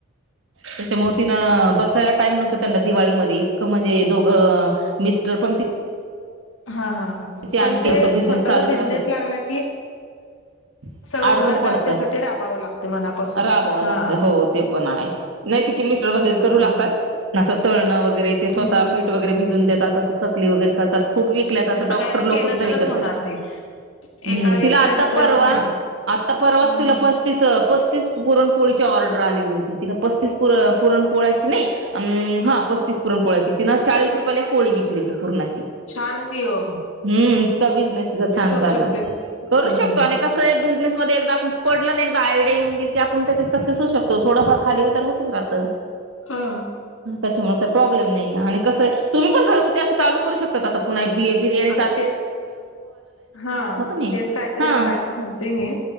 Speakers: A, on the right; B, on the left.
A: त्याच्या मुळ तिनं बसायला टाइम नसतो त्यांना दिवाळीमध्ये इतकं म्हणजे दोघं मिस्टर पण
B: हा हा
A: तिची आणि
B: पण
A: ती
B: ते
A: तो बिझनेस
B: स्वतःचा
A: चालूच
B: बिझनेस
A: राहतो
B: लागला की
A: <inaudible>
B: सगळं
A: अडकून
B: घरदार
A: पडतय,
B: त्यासाठी राबावं लागते मनापासून
A: राबाव
B: हा
A: लागतय हो ते पण आहे नाही तिचे मि स्टर वगैरे करू
B: हा
A: लागतात. तळण वगैरे ते स्वतः
B: हम्म
A: पीठ वगैरे भिजून देतात, अस चकली वगैरे करतात खूप घेतल्यात आता
B: ते सगळ्यांनी
A: डॉ. लोक
B: केलं
A: सुद्धा
B: तरच
A: विकत
B: होणार
A: घेतात.
B: ते
A: हम्
B: एका
A: तिला
B: एकट्या
A: आता
B: दुसऱ्यावर
A: परवा
B: नाही
A: आता परवाच
B: हम्म
A: तिला पस्तीस पस्तीस पुरणपोळी ऑडर आलेली तिला पसतीस पोळ ह्याची नई पसतीस पोळ्याची. चाळीस रुपयाला पोळी विकली ती पूरनाची.
B: छान की ओ.
A: हम् इतका बिझनेस तिचा छान चालला
B: शकतोय
A: करू
B: हम्म
A: शकतो आणि कस बिझनेस. एकदा आपण पडलं एकदायडया येऊ गेल की आपण त्याचे सक्सेस हो शकतोथोडंफार. खाली उतार होतच राहत
B: हा
A: त्याच्यामुळे काही प्रॉब्लेम नाही. कसं तुम्ही पण घरगुती असं चाल करू शकात आता पु बि बिरयाणी.
B: आता हा
A: तुम्ही
B: तेच काहीतरी
A: हा
B: करायचं म्हणते मी.